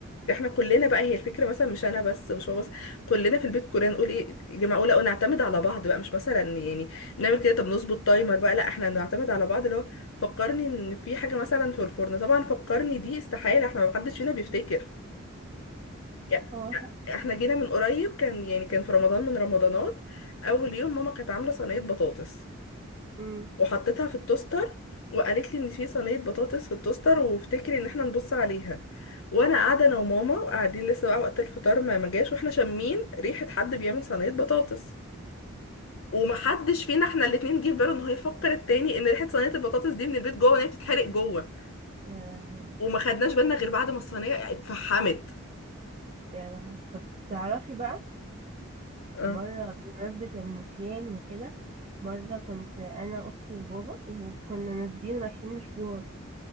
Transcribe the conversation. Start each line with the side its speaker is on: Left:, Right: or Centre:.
Left: احنا كلنا بقى هي الفكرة مثلا مش انا بس مش هو بس كلنا في البيت كلنا نقول ايه يا جماعة اقول نعتمد على بعض بقى مش مثلا يعني نعمل كده طب نظبط تايمر بقى لا احنا نعتمد على بعض اللي هو فكرني ان في حاجة مثلا في الفرن طبعا فكرني دي استحالة احنا ما حدش فينا بيفتكر يع-
Right: هو
Left: احنا جينا من قريب كان يعني كان في رمضان من رمضانات اول يوم ماما كانت عامله صينيه بطاطس
Right: <laughs> أمم.
Left: وحطيتها في التوستر وقالت لي ان في صينيه بطاطس في التوستر وافتكري ان احنا نبص عليها وانا قاعده انا وماما وقاعدين لسه بقى وقت الفطار ما ما جاش واحنا شامين ريحه حد بيعمل صينيه بطاطس ومحدش فينا احنا الاتنين جه في باله ان هو يفكر التاني ان ريحه صينيه البطاطس دي من البيت جوه وان هي بتتحرق جوه
Right: يا لهوي
Left: وما خدناش بالنا غير بعد ما الصينيه اتفحمت
Right: يا لهوي طب تعرفي بقى
Left: اه
Right: مرة بمناسبة النسيان وكده مرة كنت أنا أختي وبابا وكنا نازلين رايحين مشوار